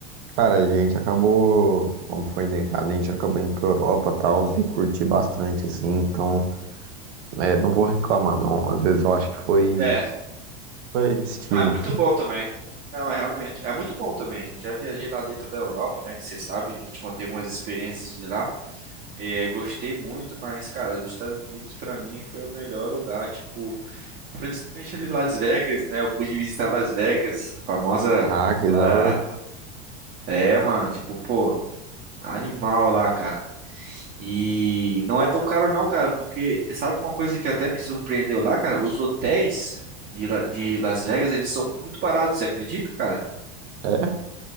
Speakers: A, on the right; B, on the right.
A: Cara, a gente acabou, como foi negado, a gente acabou indo pra Europa e tal, e curti bastante, assim. Então, é, não vou reclamar, não. Às vezes eu acho que foi,
B: É,
A: foi destino.
B: ah, é muito bom também. Não, é realmente, é muito bom também. Já viajei lá dentro da Europa, né, que você sabe, já te contei algumas experiências de lá. É, gostei muito, mas, cara, dos Estados Unidos pra mim foi o melhor lugar, tipo, principalmente ali Las Vegas, né? Eu pude visitar Las Vegas, a famosa
A: Ah, que
B: lá,
A: da hora.
B: é, mano, tipo, pô, animal lá, cara. E não é tão caro não, cara, porque sabe uma coisa que até me surpreendeu lá, cara? Os hotéis de, La- de Las Vegas, eles são muito baratos, você acredita, cara?
A: É,